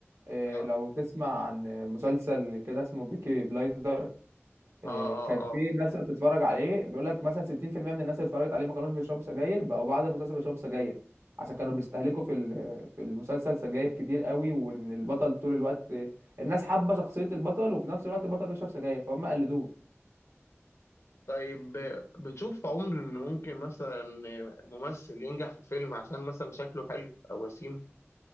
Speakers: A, on the right; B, on the left.
A: آه،
B: اه
A: لو تسمع عن مسلسل كده اسمه بيكي بلايندر آه،
B: اه
A: كان
B: اه
A: في
B: اه
A: ناس اللي بتتفرج عليه بيقول لك مثلا 60% من الناس اللي اتفرجت عليه ما كانوش بيشربوا سجاير بقوا بعد المسلسل بيشربوا سجاير عشان كانوا بيستهلكوا في ال- في المسلسل سجاير كتير قوي وان البطل طول الوقت آه، الناس حابه شخصيه البطل وفي نفس الوقت البطل بيشرب سجاير فهم قلدوه
B: طيب بتشوف في عمر ان ممكن مثلا ممثل ينجح في فيلم عشان مثلا شكله حلو او وسيم